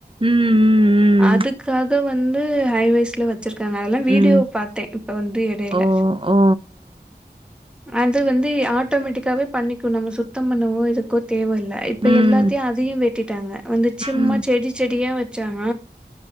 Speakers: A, on the right; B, in the centre.
A: ம் ம்
B: அதுக்காக
A: ம்
B: வந் வந்து ஹைவேஸ்ல வச் வச்சிருக்காங்க அதெல்லா வீடியோ
A: ம்
B: பாத்தே இப்ப வந்து எடையில
A: ஓ ஓ ஓ
B: அது வந்து ஆட்டோமேட்டிக்காவே பண்ணிக்கு நம்ம சுத்தம் பண்ணுவோ இதுக்கோ தேவையில்ல இப்ப
A: ம்
B: எல்லாத்தையு அதையு வெட்டிட்டாங்க வந்து சிம்மா
A: ம்
B: செடி செடியா வச் சாங்க